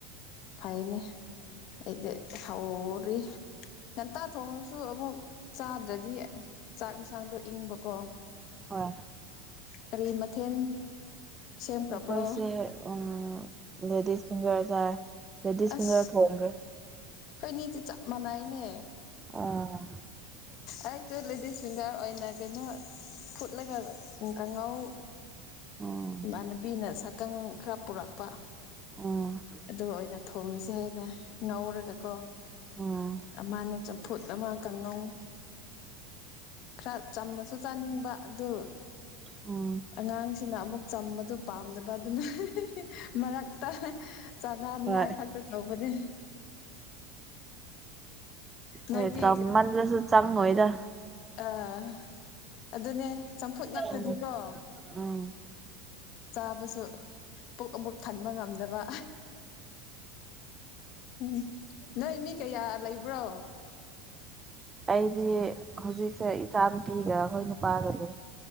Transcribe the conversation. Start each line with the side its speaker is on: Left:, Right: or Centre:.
Left: ꯐꯥꯏꯅꯦ ꯑꯩꯗ ꯍꯥꯎ ꯎꯔꯤ ꯉꯟꯇꯥ ꯊꯣꯡꯉꯁꯨ ꯑꯃꯨꯛ ꯆꯥꯗ꯭ꯔꯗꯤ ꯆꯥꯛ ꯌꯦꯟꯁꯥꯡꯗꯣ ꯏꯪꯕꯀꯣ
Right: ꯍꯣꯏ
Left: ꯀꯔꯤ ꯃꯊꯦꯜ ꯁꯦꯝ ꯀꯞ꯭ꯔꯣ
Right: ꯑꯩꯈꯣꯏꯁꯦ ꯎꯝ ꯂꯦꯗꯤꯁ ꯐꯒꯔ ꯆ ꯂꯦꯗꯤꯁ ꯐꯤꯡꯒꯔ
Left: ꯑꯁ
Right: ꯊꯣꯡꯒꯦ
Left: ꯑꯩꯈꯣꯏꯅꯤꯗꯤ ꯆꯞ ꯃꯥꯟꯅꯏꯅꯦ
Right: ꯑꯣ
Left: ꯑꯩꯁꯨꯦ ꯂꯦꯗꯤꯁ ꯁꯤꯡꯒꯔ ꯑꯣꯏꯅ ꯀꯩꯅꯣ ꯐꯨꯠꯂꯒ ꯀꯥꯡꯉꯥꯎ
Right: ꯎꯝ ꯎꯝ
Left: ꯏꯃꯥꯟꯅꯕꯤꯅ ꯁꯀꯪ ꯈꯔ ꯄꯨꯔꯛꯄ
Right: ꯎꯝ
Left: ꯑꯗꯨꯒ ꯑꯣꯏꯅ ꯊꯣꯡꯉꯁꯦ ꯍꯦꯛ ꯉꯧꯔꯒꯥꯀꯣ
Right: ꯎꯝ
Left: ꯑꯃꯅ ꯆꯝꯐꯨꯠ ꯑꯃ ꯀꯥꯡꯉꯧ ꯈꯔ ꯆꯝꯅꯁꯨ ꯆꯥꯅꯤꯡꯕ ꯑꯗꯨ
Right: ꯎꯝ
Left: ꯑꯉꯥꯡ ꯁꯤꯅ ꯑꯃꯨꯛ ꯆꯝꯕꯗꯨ ꯄꯥꯝꯗꯕ ꯑꯗꯨꯅ ꯃꯔꯛꯇ ꯆꯥꯅꯅꯤꯡꯉꯥꯏ
Right: ꯍꯣꯏ
Left: ꯈꯛꯇ ꯇꯧꯕꯅꯦ
Right: ꯍꯣꯏ
Left: ꯅꯣꯏꯗꯤ
Right: ꯃꯥꯁ ꯆꯥꯡꯉꯣꯏꯗ
Left: ꯑꯥ ꯑꯗꯨꯅꯦ ꯆꯝꯐꯨꯠ ꯉꯥꯛꯇꯗꯤꯀꯣ
Right: ꯎꯝ ꯎꯝ
Left: ꯆꯥꯕꯁꯨ ꯄꯨꯛ ꯑꯃꯨꯛ ꯊ ꯉꯗꯕ ꯎ ꯅꯣꯏ ꯃꯤ ꯀꯌꯥ ꯂꯩ ꯕ꯭ꯔꯣ
Right: ꯑꯩꯗꯤ ꯍꯧꯖꯤꯛꯁꯦ ꯏꯆꯥ ꯅꯨꯨꯄꯤꯒ ꯑꯩꯈꯣꯏ ꯅꯨꯄꯥꯒꯅꯤ